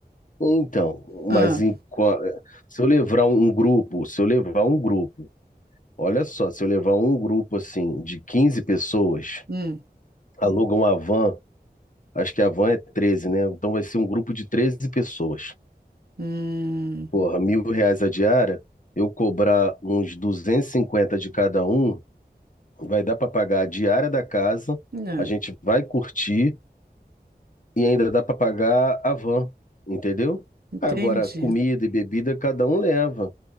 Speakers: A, on the left; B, on the right.
A: Então,
B: Ah,
A: mas em qua- se eu levar um grupo, se eu levar um grupo, olha só, se eu levar um grupo assim de 15 pessoas,
B: hum,
A: aluga uma van, acho que a van é treze né? Então vai ser um grupo de 13 pessoas.
B: hum,
A: Porra, mil reais a diária, eu cobrar uns 250 de cada um, vai dar para pagar a diária da casa,
B: não,
A: a gente vai curtir e ainda dá para pagar a van, entendeu?
B: entendi.
A: Agora, comida e bebida cada um leva.